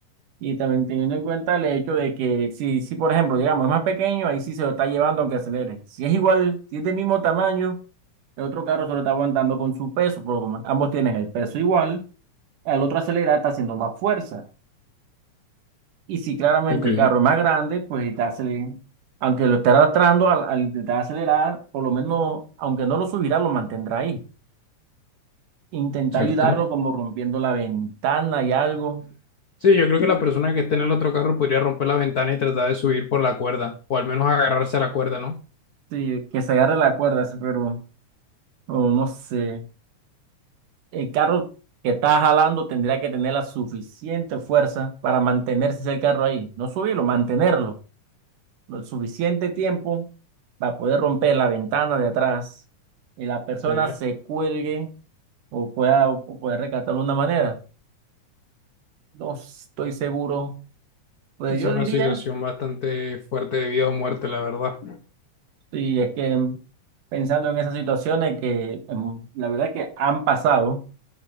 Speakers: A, on the right; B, on the left.
A: Y también teniendo en cuenta el hecho de que si, si por ejemplo, digamos, es más pequeño, ahí sí se lo está llevando aunque acelere. Si es igual, si es del mismo tamaño, el otro carro se lo está aguantando con su peso, porque como ambos tienen el peso igual, el otro acelera, está haciendo más fuerza. Y si claramente
B: Ok,
A: el carro es más grande, pues está acelerando. Aunque lo esté arrastrando, al, al intentar acelerar, por lo menos, aunque no lo subirá, lo mantendrá ahí. Intenta
B: cierto.
A: ayudarlo como rompiendo la ventana y algo,
B: Sí, yo creo que la persona que esté en el otro carro podría romper la ventana y tratar de subir por la cuerda, o al menos agarrarse a la cuerda, ¿no?
A: sí, que se agarre la cuerda, sí, pero no no sé. el carro que está jalando tendría que tener la suficiente fuerza para mantenerse el carro ahí. No subirlo, mantenerlo. Lo suficiente tiempo para poder romper la ventana de atrás y la persona
B: Sí.
A: se cuelgue o pueda, o pueda rescatarlo de una manera. No estoy seguro. Pues
B: que es
A: yo
B: una
A: diría,
B: situación bastante fuerte de vida o muerte, la verdad.
A: si es que pensando en esas situaciones que em, la verdad que han pasado